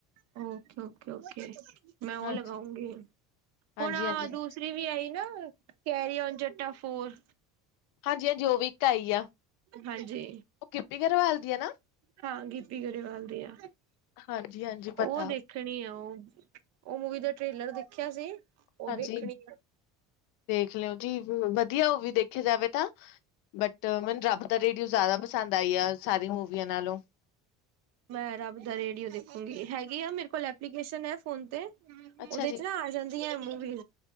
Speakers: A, on the right; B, on the left.
A: ਓਕੇ, ਓਕੇ, ਓਕੇ ਮੈਂ ਓ
B: ਹਾਂਜੀ।
A: ਲਗਾਊਂਗੀ,
B: ਹਾਂਜੀ
A: ਹੂਣ
B: ਹਾਂਜੀ
A: ਦੂਸ ਰੀ ਵੀ ਆਈ ਨਾ, ਕੈਰੀ ਓਨ ਜੱਟਾ ਫੋਰ।
B: ਹਾਂਜੀ, ਹਾਂਜੀ ਓ ਵੀ ੲ ਇੱਕ ਆਈ ਆ।
A: ਹਾਂਜੀ।
B: ਓ ਗਿੱਪੀ ਗਰੇਵਾਲ ਦੀ ਆ ਨਾ?
A: ਹਾਂ ਗਿੱਪੀ ਗਰੇਵਾਲ ਦੀ ਆ।
B: ਹਾਂਜੀ, ਹਾਂਜੀ ਪਤਾ।
A: ਉਹ ਦੇਖਣੀ ਆ ਓ, ਓ ਮੂਵੀ ਦਾ ਟ੍ਰੇਲਰ ਦੇਖੇਆ ਸੀ? ਉਹ
B: ਹਾਂਜੀ
A: ਦੇਖਣੀ ਆ
B: ਦੇਖ ਲੋ ਜੀ, ਬ ਵਦੀਆ ਓ ਵੀ ਦੇਖੀ ਜਾਵੇ ਤਾ ਬਟ, ਮੈਨੂੰ ਰੱਬ ਦਾ ਰੇੜੀਓ ਜਾ਼ਦਾ ਪਸੰਦ ਆਈ ਆ, ਸਾਰੀਆਂ ਮੂਵੀਆਂ ਨਾਲੋਂ।
A: ਮੈਂ ਰੱਬ ਦਾ ਰੇੜੀਓ ਦੇਖੂੰਗੀ, ਹੈਗੀ ਆ ਮੇਰ ਕੋਲ ਐਪਲੀਕੇਸ਼ਨ ਫੋਨ ਤੇ।
B: ਅੱਛਾ
A: ਓਦੇ ਚ
B: ਜੀ
A: ਨਾ ਆ ਜਾਂਦੀ ਆਂ ਮੂੰਵੀ,